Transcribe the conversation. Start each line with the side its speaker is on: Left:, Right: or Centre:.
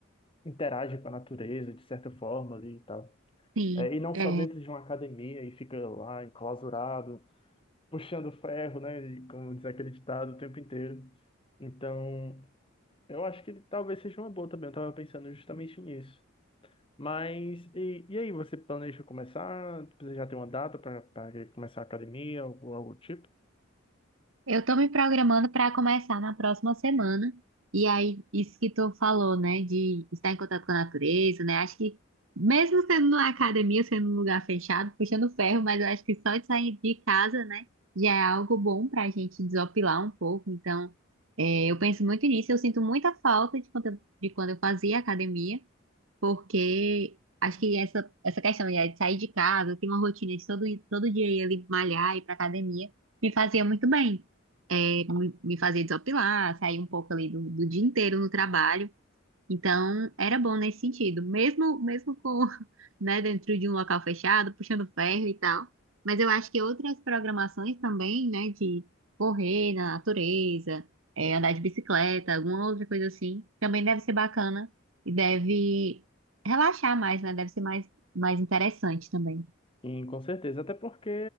Left: interage com a natureza de certa forma ali e tal.
Right: Sim,
Left: É, e não só
Right: é.
Left: dentro de uma academia e fica lá enclausurado, puxando ferro, né? e Como diz aquele ditado o tempo inteiro. Então, eu acho que talvez seja uma boa também. Eu tava pensando justamente nisso. Mas, e, e aí, você planeja começar? Você já tem uma data para começar a academia ou algo do tipo?
Right: Eu tô me programando para começar na próxima semana. E aí, isso que tu falou, né, de estar em contato com a natureza, né? Acho que mesmo sendo na academia, sendo num lugar fechado, puxando ferro, mas eu acho que só de sair de casa, né, já é algo bom pra gente desopilar um pouco. Então, é, eu penso muito nisso. Eu sinto muita falta de quando eu, de quando eu fazia academia. Porque acho que essa, essa questão né, de sair de casa, ter uma rotina de todo, todo dia ir ali malhar, ir pra academia, me fazia muito bem. É, me, me fazia desopilar, sair um pouco ali do, do dia inteiro no trabalho. Então, era bom nesse sentido, mesmo mesmo com, <laughs> né, dentro de um local fechado, puxando ferro e tal. Mas eu acho que outras programações também, né, de correr na natureza, é, andar de bicicleta, alguma outra coisa assim, também deve ser bacana e deve relaxar mais, né? Deve ser mais mais interessante também.
Left: Sim, com certeza. Até porque,